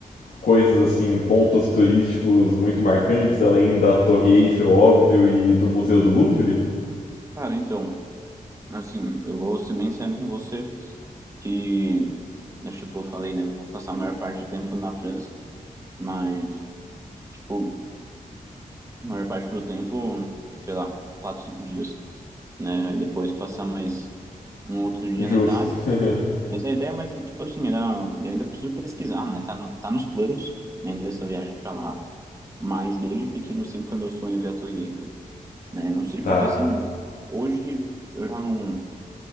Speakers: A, on the left; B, on the right.
A: coisas assim, pontos turísticos muito marcantes além da Torre Eiffel, óbvio, e do Museu do Louvre?
B: Cara, então, assim, eu vou ser bem sincero com você que, né, tipo, eu falei, né? eu Vou passar a maior parte do tempo na França, mas, tipo, a maior parte do tempo, sei lá, quatro, cinco dias, né? Aí depois passar mais um outro dia
A: Justo.
B: na Itália
A: <laughs>
B: Mas a ideia, mas tipo assim, era, eu ainda preciso pesquisar, né? Tá, no, tá nos planos, né, dessa viagem pra lá. Mas desde pequeno sempre foi meu sonho ver a Torre Eiffel, né? Não sei
A: Tá.
B: porque assim, hoje eu já não,